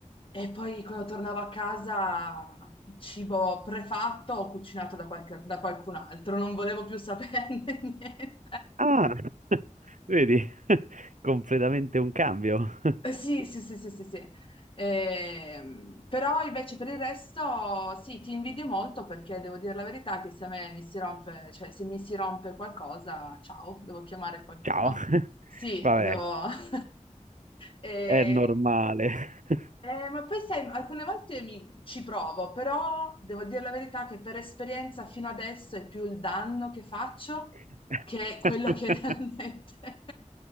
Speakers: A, on the left (about 40°); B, on the right (about 70°).
A: e poi quando tornavo a casa cibo prefatto o cucinato da qualche- da qualcun altro, non volevo più saperne <laughs> niente.
B: ah, <laughs> vedi, <laughs> completamente un cambio. <laughs>
A: Eh, Sì, sì, sì, sì, sì, sì. Ehm, però invece per il resto sì, ti invidio molto perché devo dire la verità che se a me mi si rompe, cioè se mi si rompe qualcosa, ciao, devo chiamare qualcuno.
B: Ciao.
A: Sì,
B: <laughs> Vabbè,
A: devo... <laughs> Eh,
B: è normale. <laughs>
A: eh, ma poi sai, alcune volte mi- ci provo, però devo dire la verità che per esperienza fino adesso è più il danno che faccio
B: <laughs>
A: che quello che <laughs> realmente